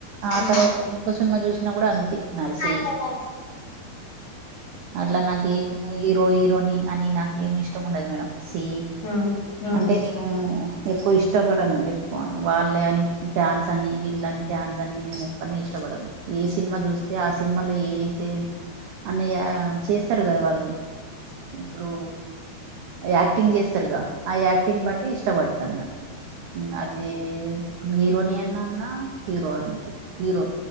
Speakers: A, on the right; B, on the left.
A: ఆ
B: ఉమ్
A: తర్వాత ఇంకో సినిమా చూసినా కూడ అంతే నాది సమ్
B: నేను
A: అట్ల నాకేం హీరో హీరో యిని అని నాకేం ఇష్టం ఉండదు మేడం సి
B: హుమ్ హు
A: అంటే నేను ఎక్కువ ఇష్టపడను ఎక్కువ వాళ్ళే అని ఫ్యాన్స్ అని వీళ్ళని ఫ్యాన్స్ అని నేను చె అన్నీ ఇష్టపడను ఏ సినిమా చూస్తే ఆ సినిమాలో ఏవయితే అన్నయ చేస్తారు కదా వాళ్ళు ఇప్పుడు యాక్టింగ్ చేస్తారుగా ఆ యాక్టింగ్ బట్టి ఇష్టపడుతన్నట్టు అది హీరోని అన్నా అన్నా హీరో అంతే హీరో